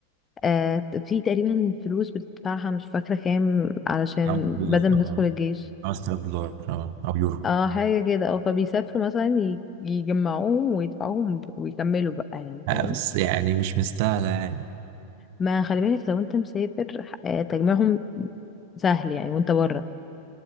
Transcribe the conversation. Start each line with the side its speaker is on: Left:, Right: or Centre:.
Left: آه في تقريبا فلوس بتدفعها مش فاكرة كام علشان
Right: 5000
Left: بدل ما تدخل
Right: اه
Left: الجيش
Right: 5000 دولار اه او يورو
Left: اه حاجة كده اه فبيسافروا مثلا ي- يجمعوهم ويدفعوهم ويكملوا بقى يعني
Right: آه،
Left: فاهم
Right: بس يعني مش مستاهلة يعني
Left: ما خلي بالك لو انت مسافر ح- آه، تجميعهم سهل يعني وانت بره